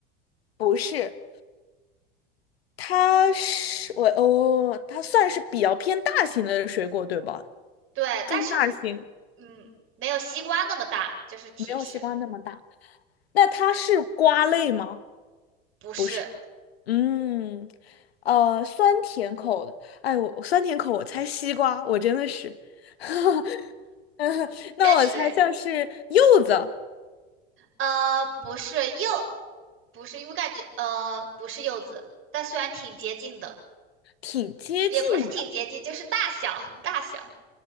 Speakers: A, on the left; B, on the right.
A: 不是，它是我哦，它算是比较偏大型的水果，对吧？
B: 对，但是
A: 中大型，
B: 嗯，没有西瓜那么大，就是提示，
A: 没有西瓜那么大。那它是瓜类吗？
B: 不是，
A: 不是。嗯，呃，酸甜口的。哎，我酸甜口，我猜西瓜，我真的是。<laughs>
B: 确实，
A: 那我猜像是柚子，
B: 诶呃，不是柚，不是，我感觉呃不是柚子，但虽然挺接近的，
A: 挺接近的，
B: 也不是挺接近，就是大小 <laughs> 大小，